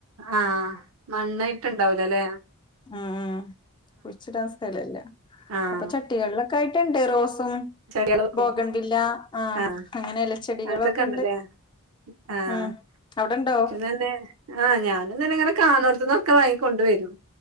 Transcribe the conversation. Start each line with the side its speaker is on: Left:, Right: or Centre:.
Right: ആഹ് മണ്ണായിട്ട്ണ്ടാവൂലല്ലേ.
Left: ആഹ് ആഹ് കുഴിച്ചിടാൻ സ്ഥലം ല്ല
Right: ആഹ്
Left: അപ്പൊ ച ട്ടികളിലൊക്കായിട്ടുണ്ട് റോസും
Right: ചെടികള് വെക്കും
Left: ബോഗൺ വില്ല ആ
Right: ആഹ്
Left: അങ്ങനെ ഇലച്ചെടികളൊക്കെണ്ട്.
Right: അതൊക്കെ ഉണ്ടല്ലേ ആഹ്
Left: ഉം അവിടൊണ്ടോ
Right: എനിക്കും തന്നെ ആഹ് ഞാനും പിന്നങ്ങനെ കാണോട്ത്ത്ന്നൊക്കെ വാങ്ങിക്കൊണ്ട് വരും